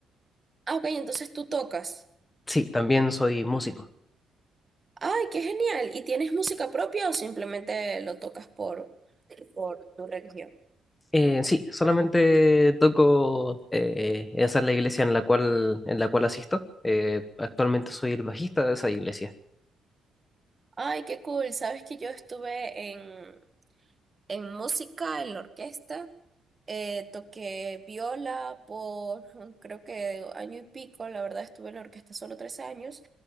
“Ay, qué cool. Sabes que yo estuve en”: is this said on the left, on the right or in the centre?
Right